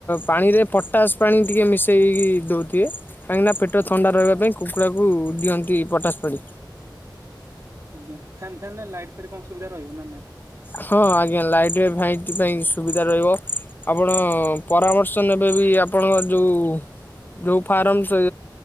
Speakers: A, on the left; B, on the right.
A: ପାଣିରେ ପଟାସ ପାଣି ଟିକେ ମିଶେଇକି ଦଉଥିବେ। କାହିଁକିନା ପେଟ ଥଣ୍ଡା ରହିବା ପାଇଁ କୁକୁଡ଼ାକୁ ଦିଅନ୍ତି ପଟାସ ପାଣି।
B: ଆଜ୍ଞା ଫ୍ୟାନ୍ ଫ୍ୟାନ୍ ନା ଲାଇଟ୍ ଫାଇଟ କଣ ସୁବିଧା ରହିବ ନା ନାଇଁ?
A: ହଁ ଆଜ୍ଞା ଲାଇଟରେ ଭାଇ ପାଇଁ ସୁବିଧା ରହିବ। ଆପଣ ପରାମର୍ଶ ନେବେ ବି ଆପଣଙ୍କ ଯୋଉ ଯେଉ ଫାର୍ମ ସେ